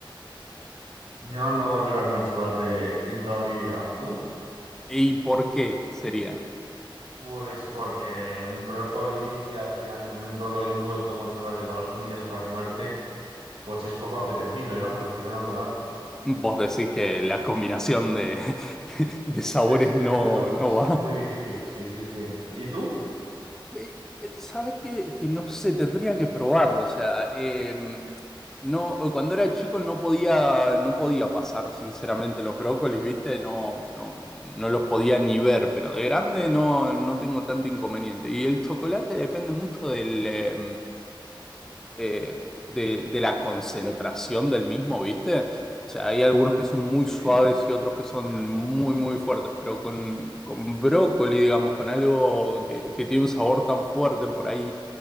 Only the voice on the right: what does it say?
Yo no volveré a comer chocolate en toda mi vida. ¿Tú?
Pues porque un brócoli, al final tener un brócoli envuelto con chocolate todas las comidas para comerte, pues es poco apetecible, ¿no? Prefiero no comerlo.
Es,
es muy dura,
es,
es muy difícil. Sí, sí, sí. ¿Y tú?
¿Eh?